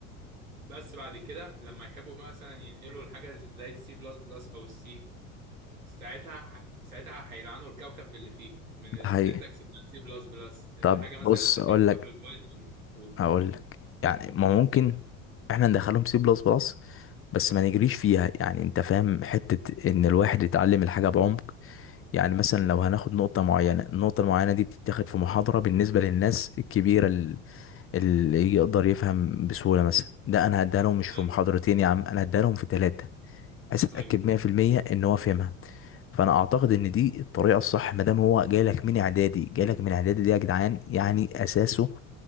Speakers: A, on the right; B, on the left.
A: بس بعد كده لما يحبوا مثلا ينقلوا الحاجة زي السي بلس بلس او السي ساعتها ح... ساعتها هيلعنوا الكوكب باللي فيه من
B: ده
A: السنتكس
B: حقيقي
A: بتاع السي بلس بلس الحاجة
B: طب بص
A: مثلا اللي انت بتكتبها
B: اقول لك
A: في البايثون و...
B: هقول لك يعني ما ممكن احنا ندخلهم سي بلس بلس بس ما نجريش فيها يعني انت فاهم حتة ان الواحد يتعلم الحاجة بعمق يعني مثلا لو هناخد نقطة معينة النقطة المعينة دي بتتاخد في محاضرة بالنسبة للناس الكبيرة ال- اللي يقدر يفهم بسهولة مثلا ده انا هديها لهم مش في
A: <laughs> ايوه
B: محاضرتين يا عم انا هديها لهم في ثلاثة بحيث اتأكد
A: ايوه
B: 100% ان هو فهمها فانا اعتقد ان دي الطريقة الصح ما دام هو جاي لك من اعدادي جاي لك من اعدادي دي يا جدعان يعني اساسه